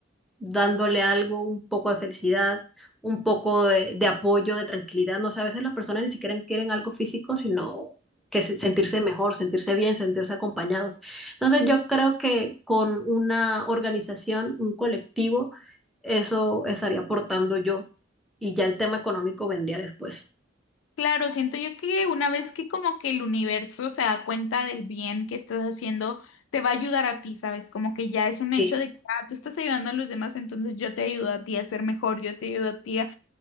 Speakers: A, in the centre; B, on the left.
A: dándole algo, un poco de felicidad, un poco de, de apoyo, de tranquilidad, no sé, a veces las personas ni siquiera quieren algo físico, sino que se- sentirse mejor, sentirse bien, sentirse acompañados. Entonces yo creo que con una organización, un colectivo, eso estaría aportando yo. Y ya el tema económico vendría después.
B: Claro, siento yo que una vez que como que el universo se da cuenta del bien que estás haciendo, te va a ayudar a ti, ¿sabes? Como que ya es un
A: Sí,
B: hecho de que ah, tú estás ayudando a los demás, entonces yo te ayudo a ti a ser mejor, yo te ayudo a ti a,